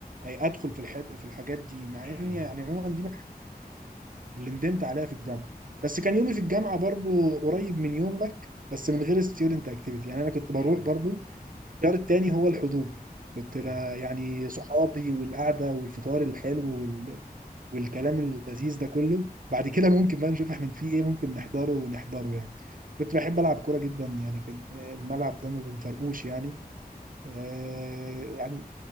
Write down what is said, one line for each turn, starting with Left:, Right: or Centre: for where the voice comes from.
Right: أي ادخل في الحد في الحاجات دي مع
Left: مم.
Right: اني يعني عموما دي من الحاجات اللي ندمت عليها في الجامعه بس كان يومي في الجامعه برضو قريب من يومك بس من غير ستيودنت اكتيفيتي يعني انا كنت بروح
Left: مم.
Right: برضو الخيار التاني هو الحضور كنت بقى
Left: مم.
Right: يعني صحابي والقعده والفطار الحلو وال... والكلام اللذيذ ده كله بعد كده ممكن بقى نشوف احنا في ايه ممكن نحضره ونحضره يعني كنت بحب ألعب كورة جدا يعني كان الملعب ده ما بنفرقوش يعني آه يعني